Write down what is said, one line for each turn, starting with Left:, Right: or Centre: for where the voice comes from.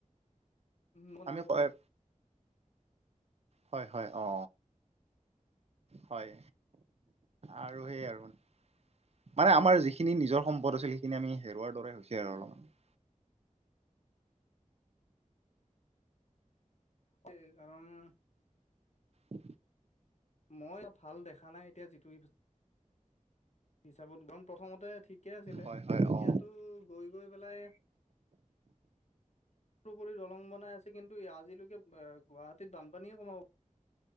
Left: বনাব।
Right: আমি কয় হয় হয় অ। হয় আৰু সেই আৰু। মানে আমাৰ যিখিনি নিজৰ সম্পদ আছিল সেইখিনি আমি হেৰুৱাৰ দৰে হৈছে আৰু অলপমান। <inaudible>
Left: স কাৰণ
Right: উ
Left: মই ভাল দেখা নাই এতিয়া যিটো হিচাপত কাৰণ প্ৰথমতে। ঠিকে আছিলে
Right: হয় হয়
Left: এতিয়াতো
Right: অ
Left: গৈ গৈ পেলাই সপৰি দলং বনাই আছে কিন্তু আজিলৈকে আহ গুৱাহাটীত বানপানীয়ে কমাব।